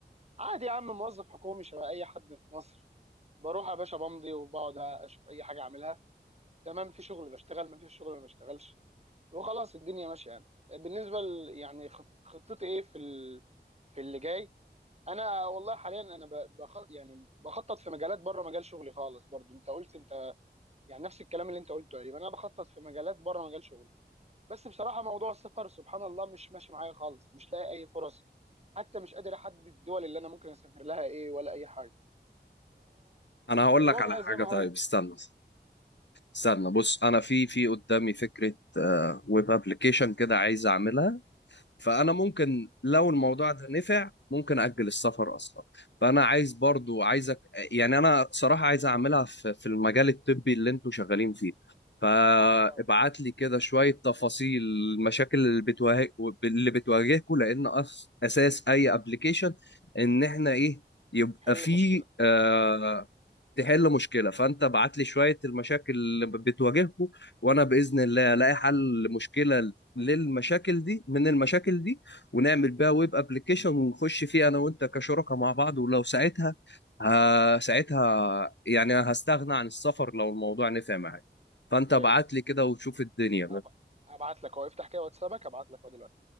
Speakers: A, on the right (about 35°); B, on the left (about 80°).
A: عادي يا عم موظف حكومي شبه اي حد في مصر بروح يا باشا بمضي وبقعد اشوف اي حاجه اعملها تمام في شغل بشتغل ما فيش شغل ما بشتغلش وخلاص الدنيا ماشيه يعني بالنسبه ل... يعني خط... خطتي ايه في ال... في اللي جاي انا والله حاليا انا ب... بخ... يعني بخطط في مجالات بره مجال شغلي خالص برضو انت قلت انت يعني نفس الكلام اللي انت قلته تقريبا انا بخطط في مجالات بره مجال شغلي بس بصراحه موضوع السفر سبحان الله مش ماشي معايا خالص مش لاقي اي فرص حتى مش قادر احدد الدول اللي انا ممكن اسافر لها ايه ولا اي حاجه
B: انا هقول
A: فالوضع
B: لك على حاجه
A: زي ما
B: طيب
A: هو
B: استنى استنى بص انا في في قدامي فكره ويب ابلكيشن كده عايز اعملها فانا ممكن لو الموضوع ده نفع ممكن اجل السفر اصلا فانا عايز برضو عايزك يعني انا صراحه عايز اعملها في في المجال الطبي اللي انتوا شغالين فيه فابعت
A: اه
B: لي كده شويه تفاصيل المشاكل اللي بتواجه اللي بتواجهكم لان أس- اساس اي ابلكيشن ان احنا ايه يبقى
A: حل
B: فيه
A: مشكله
B: آه، تحل مشكله فانت بعت لي شويه المشاكل اللي بتواجهكم وانا باذن الله الاقي حل مشكله للمشاكل دي من المشاكل دي ونعمل بيها ويب ابلكيشن ونخش فيه انا وانت كشركاء مع بعض ولو ساعتها ها ساعتها يعني هستغنى عن السفر لو الموضوع نفع معاك فانت
A: طيب
B: ابعت لي كده وشوف الدنيا
A: أب... ابعت لك اهو افتح كده واتسابك ابعت لك اهو دلوقتي